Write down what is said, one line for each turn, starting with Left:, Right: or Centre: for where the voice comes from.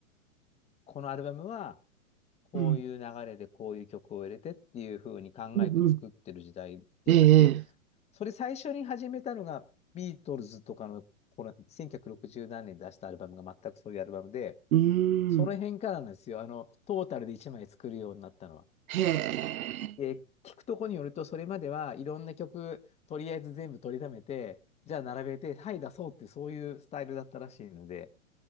Left: このアルバムは、こういう流れでこういう曲を入れてっていうふうに考えて作ってる時代でした。
Right: うん、うん、うん。え
Left: で、
Right: え
Left: それ最初に始めたのが、ビートルズとかの、この1960何年に出したアルバムが全くそういうアルバムで、
Right: うーん。
Left: その辺からなんですよ。あの、トータルで1枚作るようになったのは。
Right: へえ。
Left: で、聞くとこによると、それまではいろんな曲、とりあえず全部取りためて、じゃあ並べて、はい、出そうっていう、そういうスタイルだったらしいので、